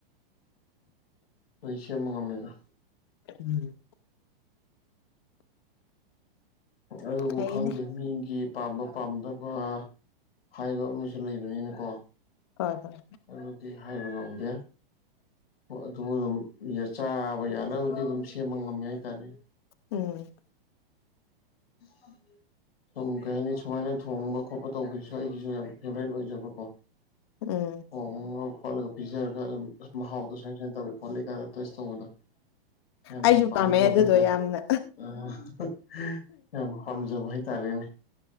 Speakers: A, on the left (about 80°); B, on the left (about 25°).
A: ꯂꯣꯏ ꯁꯦꯝꯕꯥ ꯉꯝꯃꯤꯗ
B: ꯎꯝ
A: ꯑꯗꯨꯕꯨ
B: ꯐꯩꯅꯦ
A: ꯈꯪꯗꯦ ꯃꯤꯒꯤ ꯄꯥꯝꯕ ꯄꯥꯝꯗꯕ ꯍꯥꯏꯕ ꯑꯃꯁꯨ ꯂꯩꯕꯅꯤꯅꯀꯣ
B: ꯍꯣꯏ ꯍꯣꯏ
A: ꯑꯗꯨꯗꯤ ꯍꯥꯏꯕ ꯉꯝꯗꯦ ꯍꯣꯏ ꯑꯗꯣ ꯑꯗꯨꯝ ꯆꯥꯕ ꯌꯥꯅꯕꯗꯤ ꯑꯗꯨꯝ ꯁꯦꯝꯕ ꯉꯝꯃꯦ ꯍꯥꯏꯇꯥꯔꯦ
B: ꯎꯝ
A: <unintelligible> ꯁꯨꯝ ꯀꯩ ꯍꯥꯏꯅꯤ ꯁꯨꯃꯥꯏꯅ ꯊꯣꯡꯕ ꯈꯣꯠꯄ ꯇꯧꯕꯒꯤꯁꯨ ꯑꯩꯒꯤꯁꯨ ꯌꯥꯝ ꯐꯦꯚꯣꯔꯥꯏꯠ ꯑꯣꯏꯖꯕꯀꯣ
B: ꯎꯝ
A: ꯊꯣꯡꯉꯒ ꯈꯣꯠꯂꯒ ꯄꯤꯖꯔꯒ ꯑ ꯃꯍꯥꯎꯗꯣ ꯁ ꯁꯟ ꯇꯧꯋꯦ ꯈꯣꯠꯂ ꯀꯥꯏꯗ ꯇꯁ ꯇꯧꯕꯗꯣ ꯌꯥꯝꯅ
B: ꯑꯩꯁꯨ
A: ꯄꯥꯝꯖꯕ
B: ꯄꯥꯝꯃꯦ ꯑꯗꯨꯗꯣ
A: ꯍꯥꯏꯇꯥꯔꯦ
B: ꯌꯥꯝꯅ
A: ꯑ ꯍꯥꯍꯥ ꯌꯥꯝ ꯄꯥꯝꯖꯕ ꯍꯥꯏꯇꯥꯔꯦꯅꯦ